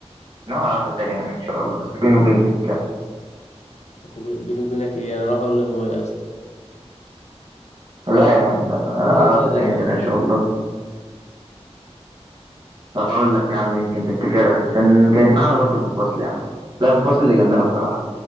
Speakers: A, on the right (about 40°); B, on the left (about 80°).
A: ناوي على واحده تانية يعني ان شاء الله بس بيني وبينك يعني.
B: لك وب- بيني وبينك ايه انا راح اقول لماما يا اسطى
A: لا يا عم لا انا ناوي
B: لا
A: على واحده
B: لا
A: تانية
B: راح اقول
A: كده ان شاء الله هقول لك يا عم يمكن تفتكرها كان كانت معانا برضو في الفصل يا عم لا في الفصل اللي جنبنا بصراحه